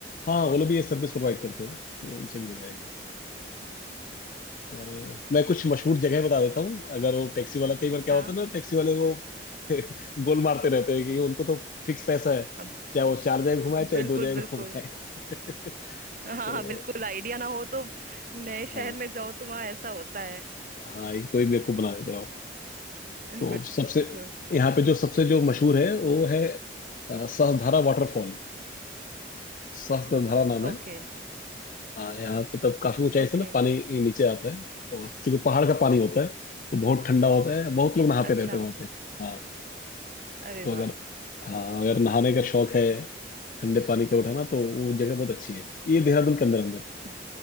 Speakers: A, on the left; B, on the right.
A: हाँ वो लोग भी ये सर्विस प्रोवाइड करते हैं तो उनसे भी हो जाएगा
B: हाँ जी जी,
A: और मैं कुछ मशहूर जगह बता देता हूँ अगर वो टैक्सी वाला कई बार क्या
B: हाँ
A: होता है ना टैक्सी वाले वो <laughs> गोल मारते रहते हैं कि उनको तो फिक्स पैसा है
B: अब
A: चाहे वो चार जगह घुमाए चाहे
B: बिल्कुल
A: दो जगह
B: बिल्कुल
A: घुमाए <laughs>
B: हाँ
A: तो
B: हाँ बिल्कुल आइडिया ना हो तो नए शहर
A: हाँ
B: में जाओ तो वहाँ ऐसा होता है
A: हाँ ये कोई बेवकूफ बना देता है वो
B: <laughs>
A: तो
B: बिल्कुल
A: सबसे यहाँ पे जो सबसे जो मशहूर है वो है अ, सहस्त्रधारा वाटरफॉल सहस्त्रधारा नाम
B: ओके
A: है हाँ यहाँ पे तब काफी ऊंचाई
B: ओके
A: से ना पानी नीचे आता है और चूंकि पहाड़ का पानी होता है तो बहुत ठंडा होता है बहुत लोग नहाते
B: अच्छा
A: रहते हैं वहाँ पे हाँ
B: अरे
A: तो अगर
B: वाह
A: हाँ अगर नहाने का शौक है ठंडे पानी का उठाना तो वो जगह बहुत अच्छी है ये देहरादून के अंदर अंदर
B: ब-